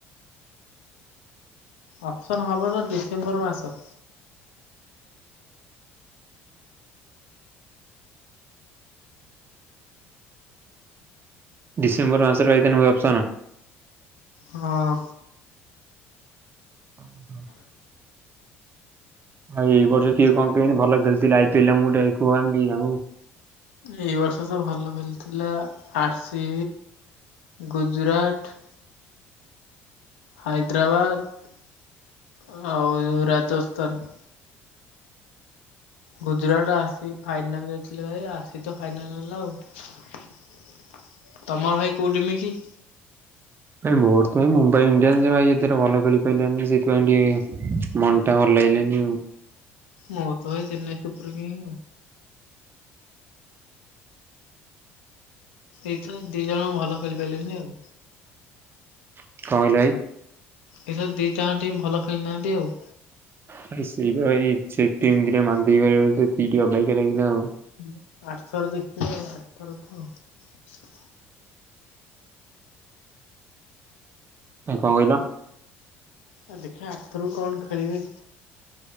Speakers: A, on the left; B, on the right.
A: ଅପସନ୍ ହବ ତ ଡିସେମ୍ବର ମାସ।
B: ଡିସେମ୍ବର ମାସରେ ଯାଇକିନି ହୁଏ ଅପ୍ସନ୍।
A: ହଁ।
B: <inaudible> ଆଉ ଏଇ ବର୍ଷ କିଏ କଁ କେମିତି ଭଲ ଖେଳିଥିଲେ ଆଇ ପି ଏଲ ଆମ କୁ ଟିକେ ଭାଇ କୁହ ଆମେ ଟିକେ ଜାଣୁ।
A: ଏଇ ବର୍ଷ ତ ଭଲ ଖେଳିଥିଲା ଥିଲା ଆରସି ଗୁଜୁରାଟ। ହାଇଦ୍ରାବାଦ ଆଉ ଏ Rajasthan. Gujarat R C final ଯାଇଥିଲେ ଭାଇ ଆର ସି ତ ଫାଇନାଲ ନେଲା ଆଉ। ତମର ଭାଇ କୋଉ ର ଟିମି କି।
B: ଭାଇ ମୋର ତ ଭାଇ ମୁମ୍ବାଇ ଇଣ୍ଡିଆନ୍ ସେ ଭାଇ ଏଥିରେ ଭଲ ଖେଳି ପାଇଲାନି ସେଥିପାଇଁ ଟିକ ମନ ଭଲ ଲାଗିଲାନି ଆଉ।
A: ମୋର ତ ଭାଇ ଚେନ୍ନାଇ ସୁପର କିଙ୍ଗ ଆଉ। ଏଇ ତ ଦି ଜଣ ଭଲ ଖେଳି ପାଇଲେନି ଆଉ।
B: କଁ କହିଲେ ଭାଇ।
A: ଏଥର ଦି ଟା ଆଙ୍କ ଟିମ ଭଲ ଖେଳିନାହାନ୍ତି ଆଉ।
B: ଭାଇ ସେଇ ଭଳିଆ ଏଇ ସେ ଟିମ୍ ଦି ଟା ମାନ୍ଦେଇ ଗଲେ ବୋଲି ତ ଟିକେ ଅବାଗିଆ ଲାଗିଲା ଆଉ।
A: ହୁଁ ଆର ଥର ଜିତିଥିଲେ ଆଉ ଆର ଥରକୁ ଆଉ।
B: ଭାଇ କଁ କହିଲ।
A: ଆ ଦେଖିବା ଆରଥରକୁ କଣ ଖେଳିବେ।